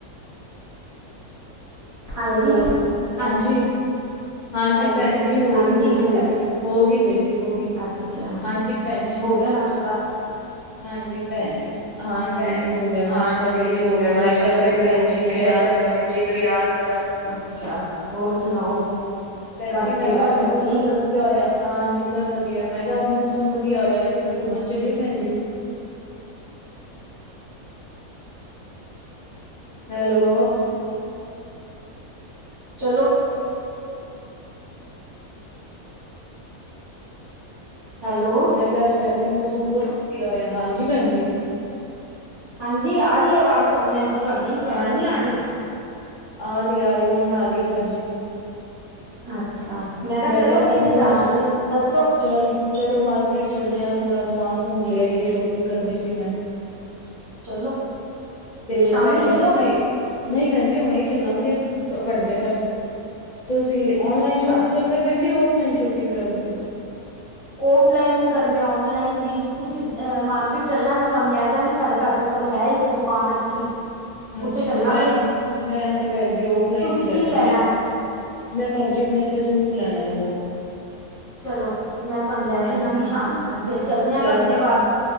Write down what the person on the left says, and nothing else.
ਹੈਲੋ,
ਹਾਂਜੀ। ਹਾਂਜੀ
ਭੈਣ ਜੀ ਹੋ
ਗਈ ਹੋ ਗਈ
ਵਿਹਲੀ ਹੋ ਗਈ ਵਿਹਲੀ ਹੋ ਗਈ
ਹਾਂਜੀ। ਭੈਣ ਜੀ,
ਹਾਂਜੀ। ਭੈਣ ਹਾਂਜੀ
ਹੋ ਗਿਆ ਨਾਸ਼ਤਾ
ਵਿਹਲੇ ਹੋ
ਗਏ
ਮੈਂ ਕਿਹਾ ਚੱਲ
ਭੈਣ
ਜੀ ਇਹਨੂੰ
ਯਾਦ
ਕਰਾਂ।
ਭੈਣ
ਜੀ ਮੈਂ
ਕਿਹਾ ਅੱਜ
ਮੌਸਮ
ਵਧੀਆ ਹੋਇਆ ਹਾਂਜੀ ਸਭ ਵਧੀਆ ਮੈਂ ਕਿਹਾ ਅੱਜ ਮੌਸਮ ਵਧੀਆ ਹੋਇਆ ਕਿੱਥੇ ਘੁੰਮਣ ਚਲੀਏ ਭੈਣ ਜੀ। ਹੈਲੋ।
ਮੈਂ ਕਿਹਾ ਅੱਜ ਭੈਣੀ ਮੌਸਮ ਬਹੁਤ ਵਧੀਆ ਹੋਇਆ ਹਾਂਜੀ ਭੈਣਜੀ।
ਹਾਂਜ,
ਆ ਰਹੀ- ਆ ਰਹੀ, ਹੁਣ ਆ ਰਹੀ ਐ ਭੈਣ ਜੀ
ਕਿਹਾ ਅੱਜ
ਮੋਸ
ਚੱਲ, ਚਲੋ ਮਾਰਕੀਟ ਚੱਲਣੇ ਆ ਥੋੜਾ ਸਮਾਨ- ਸਮੂਨ ਲੇ ਆਈਏ, ਸ਼ੋਪਿੰਗ ਕਰਨੀ ਸੀ ਮੈਂ
ਤੇ,
ਭੈਣ ਜੀ
ਤੁਸੀਂ ਨਹੀਂ ਭੈਣ ਜੀ ਹੁਣੇ ਹੀ ਚੱਲਾਂਗੇ, ਦੋ ਘੰਟੇ ਤੱਕ, ਤੁਸੀਂ ਓਨਲਾਈਨ
ਸ਼ੋਪ ਫਿਰ ਤਾਂ ਭੈਣ ਜੀ ਔਫਲਾਈਨ ਸ਼ੋਪਿੰਗ ਕਰਦੇ
ਅੱਛਾ
ਮੈਂ, ਮੈਂ ਤੇ ਭੈਣ ਜੀ ਔਫਲਾਈਨ
ਹੀ ਜਾਂਦੀ
ਆਂ ਸ਼ੋਪ ਮੈਂ ਭੈਣ ਜੀ ਆਪਣੇੇ ਵਾਸਤੇ ਸੂਟ ਲੈਣੇ ਨੇ ਦੋ
ਹਾਂਜੀ
ਹਾਂਜੀ
ਚ